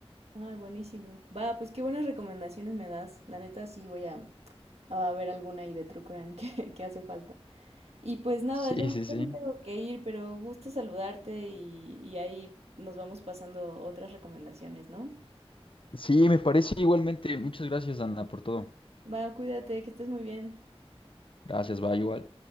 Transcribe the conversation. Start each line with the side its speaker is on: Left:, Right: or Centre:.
Right: ah buenísimo. Va, pues qué buenas recomendaciones me das. La neta sí voy a, a ver alguna ahí de True Crime <laughs> que, que hace falta. Y pues nada,
Left: Sí,
Right: ya,
Left: sí, sí.
Right: ya me tengo que ir, pero gusto saludarte y, y ahí nos vamos pasando otras recomendaciones, ¿no?
Left: Sí, me parece igualmente. Muchas gracias, Ana, por todo.
Right: Va, cuídate, que estés muy bien.
Left: Gracias, va igual.